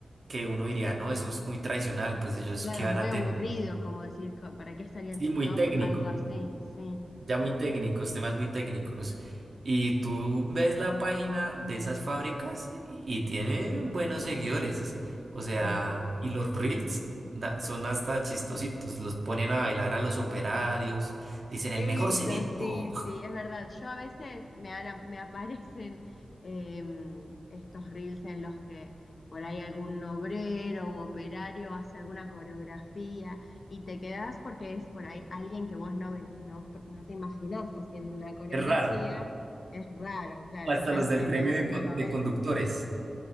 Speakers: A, on the right (about 55°); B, on the left (about 60°).
A: que uno diría, no, eso es muy tradicional, pues ellos
B: Claro,
A: qué van
B: muy
A: a
B: aburrido,
A: tener.
B: como decir, co- ¿para qué estaría
A: Sí,
B: en TikTok?
A: muy técnico
B: Algo así, sí.
A: ya muy técnicos, temas muy técnicos. Y tú ves la página de esas fábricas y tiene buenos seguidores. O sea,
B: Mm.
A: y los reels da- son hasta chistositos. Los ponen a bailar a los operarios. Dicen el
B: He
A: mejor
B: visto,
A: cemento.
B: sí, sí, es verdad. Yo a veces me, han ap- me aparecen em, estos reels en los que por ahí algún obrero u operario hace alguna coreografía y te quedás porque es por ahí alguien que vos no, ve- no, no te imaginás haciendo una coreografía.
A: Es raro.
B: Es raro, claro,
A: O hasta
B: es algo
A: los del
B: que
A: gremio
B: no, no
A: de, con-
B: lo
A: de
B: ves.
A: conductores.